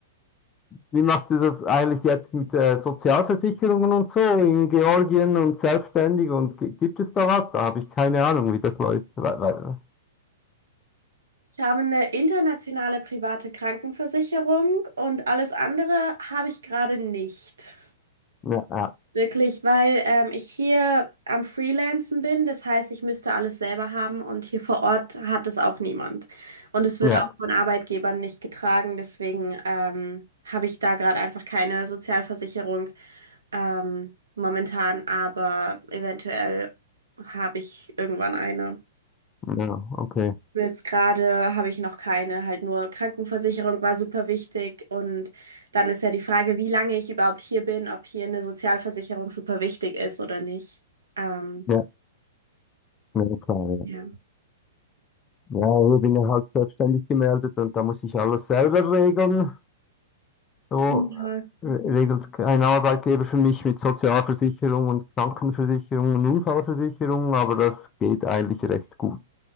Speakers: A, on the left; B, on the right.
A: Wie macht ihr das eigentlich jetzt mit äh, Sozialversicherungen und so in Georgien und selbstständig und gi- gibt es da was? Da habe ich keine Ahnung, wie das läuft. Weil, weil,
B: Ich habe eine internationale private Krankenversicherung und alles andere habe ich gerade nicht.
A: ja, ja,
B: Wirklich, weil ähm, ich hier am Freelancen bin, das heißt, ich müsste alles selber haben und hier vor Ort hat es auch niemand. Und es wird
A: ja,
B: auch von Arbeitgebern nicht getragen, deswegen ähm, habe ich da gerade einfach keine Sozialversicherung ähm, momentan, aber eventuell habe ich irgendwann eine.
A: ja, okay.
B: Jetzt gerade habe ich noch keine, halt nur Krankenversicherung war super wichtig und dann ist ja die Frage, wie lange ich überhaupt hier bin, ob hier eine Sozialversicherung super wichtig ist oder nicht. Ähm,
A: Ja, ja, klar, ja.
B: ja.
A: Ja, ich bin ja halt selbstständig gemeldet und da muss ich alles selber regeln. So
B: Ja.
A: re- regelt kein Arbeitgeber für mich mit Sozialversicherung und Krankenversicherung und Unfallversicherung, aber das geht eigentlich recht gut.